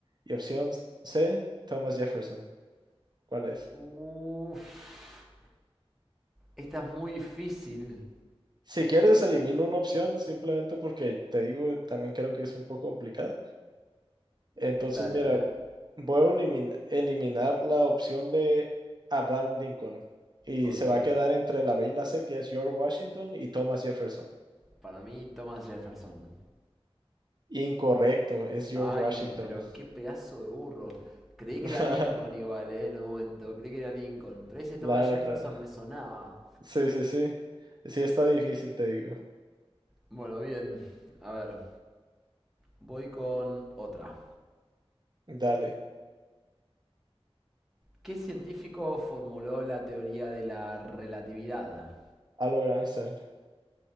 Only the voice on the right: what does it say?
Y opción C, Thomas Jefferson. ¿Cuál es?
Si quieres, elimino una opción simplemente porque te digo, también creo que es un poco complicado. Entonces,
mira,
voy a elimin- eliminar la opción de Abraham Lincoln y
se va a quedar entre la B y la C, que es George Washington y Thomas Jefferson.
Incorrecto, es George
Washington.
<laughs>
Claro,
claro.
Sí, sí, sí. Sí, está difícil, te digo.
Dale,
Albert Einstein.